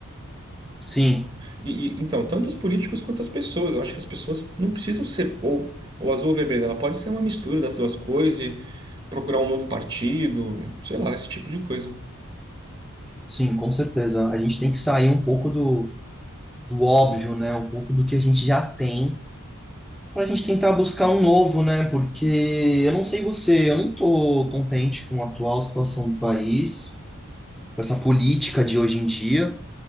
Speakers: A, in the centre; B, on the right.
A: Sim,
B: E, e- então, tanto os políticos quanto as pessoas. Eu acho que as pessoas não precisam ser ou, ou azul ou vermelho. Ela pode ser uma mistura das duas cores e procurar um novo partido, sei lá, esse tipo de coisa.
A: sim, com certeza. A gente tem que sair um pouco do, do óbvio, né? Um pouco do que a gente já tem, para a gente tentar buscar um novo, né? Porque eu não sei você, eu não estou contente com a atual situação do país, com essa política de hoje em dia.